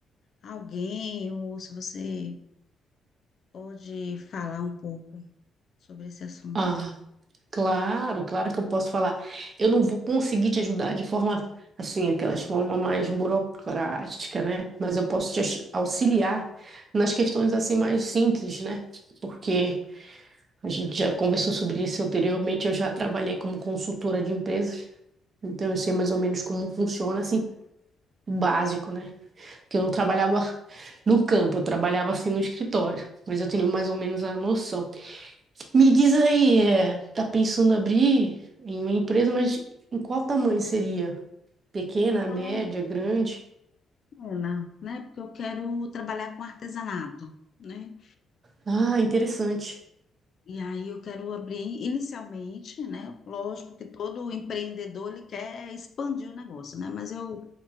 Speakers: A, on the left; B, on the right.
A: alguém ou se você pode falar um pouco sobre esse assunto.
B: Ah, claro, claro que eu posso falar. Eu não vou conseguir te ajudar de forma assim, aquelas forma mais burocrática, né? Mas eu posso te aux- auxiliar nas questões assim mais simples, né? Porque a gente já conversou sobre isso anteriormente, eu já trabalhei como consultora de empresas, então eu sei mais ou menos como funciona assim, o básico, né? que eu não trabalhava <laughs> no campo, eu trabalhava assim no escritório, mas eu tenho mais ou menos a noção. Me diz aí, é, tá pensando abrir em uma empresa, mas em qual tamanho seria? Pequena, média,
A: Ah,
B: grande?
A: é, né? Porque eu quero trabalhar com artesanato, né?
B: Ah, interessante.
A: E aí eu quero abrir inicialmente, né? Lógico que todo empreendedor ele quer expandir o negócio, né? Mas eu,